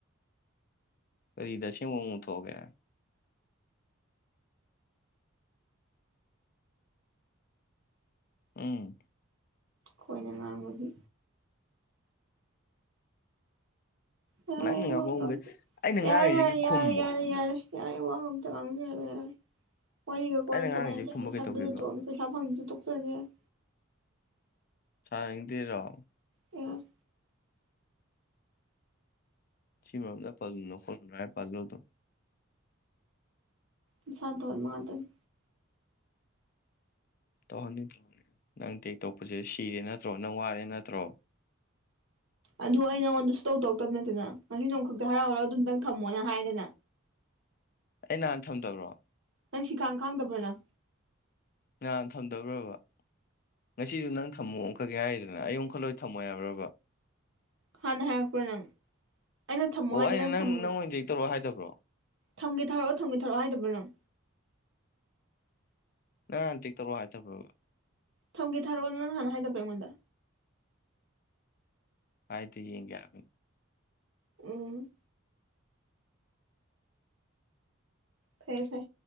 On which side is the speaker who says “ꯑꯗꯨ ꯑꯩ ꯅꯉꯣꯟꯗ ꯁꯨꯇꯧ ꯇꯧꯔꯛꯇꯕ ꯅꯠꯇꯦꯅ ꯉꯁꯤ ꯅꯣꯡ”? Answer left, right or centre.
Right